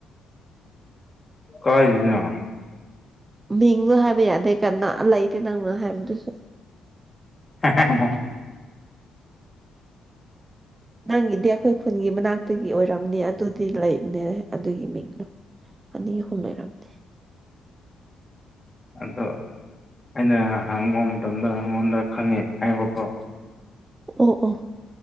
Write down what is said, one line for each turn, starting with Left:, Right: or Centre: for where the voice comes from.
Left: ꯀꯥꯏꯗꯦꯅ
Right: ꯃꯤꯡꯗꯣ ꯍꯥꯏꯕ ꯌꯥꯗꯦ ꯀꯥꯅ ꯂꯩꯇꯦ ꯅꯪꯅ ꯍꯥꯏꯕꯗꯨꯁꯨ
Left: ꯍꯦꯍꯦꯍꯦꯍꯦ
Right: ꯅꯪꯒꯤꯗꯤ ꯑꯩꯈꯣꯏ ꯈꯨꯟꯒꯤ ꯃꯅꯥꯛꯇꯒꯤ ꯑꯣꯏꯔꯝꯅꯤ ꯑꯗꯨꯗꯤ ꯂꯩꯕꯅꯦ ꯑꯗꯨꯒꯤ ꯃꯤꯡꯗꯨ ꯑꯅꯤ ꯑꯍꯨꯝ ꯂꯩꯔꯝꯅꯤ
Left: <inaudible> ꯑꯗꯣ ꯑꯩꯅ ꯍꯪꯕ ꯃꯇꯝꯗ ꯑꯩꯉꯣꯟꯗ ꯈꯪꯉꯦ ꯍꯥꯏꯕꯀꯣ
Right: ꯑꯣ ꯑꯣ